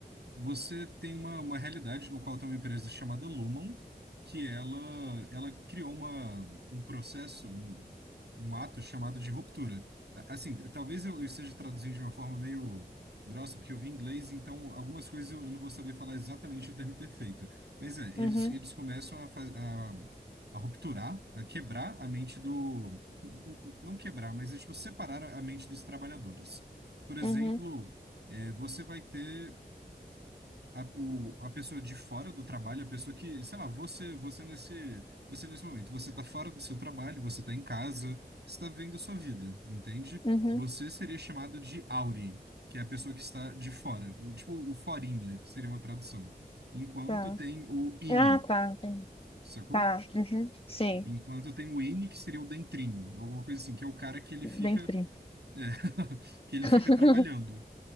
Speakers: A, on the right (about 80°); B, on the left (about 35°).
A: Você tem uma, uma realidade no qual tem uma empresa chamada Lumen, que ela, ela criou uma, um processo, um, um ato chamado de ruptura. A- Assim, t- talvez eu, eu esteja traduzindo de uma forma meio grossa, porque eu vi inglês, então algumas coisas eu, eu não vou saber falar exatamente o termo perfeito. Mas é, eles,
B: Uhum,
A: eles começam a, faz- a, a rupturar, a quebrar a mente do... n- n- Não quebrar, mas é, tipo, separar a a mente dos trabalhadores. Por exemplo...
B: uhum,
A: É, você vai ter a, o, a pessoa de fora do trabalho, a pessoa que, sei lá, você, você nesse, você nesse momento, você tá fora do seu trabalho, você tá em casa, você tá vivendo a sua vida, entende?
B: uhum.
A: Você seria chamado de Auri, que é a pessoa que está de fora, o- tipo o forinha, seria uma tradução. Enquanto
B: Tá.
A: tem o Ini,
B: Ah, tá, entendi.
A: sacou?
B: Tá, uhum. Sim,
A: Enquanto tem o Ini, que seria o dentrinho, alguma coisa assim, que é o cara que ele
B: bem
A: fica,
B: frio.
A: é, <laughs> que ele
B: <laughs>
A: fica trabalhando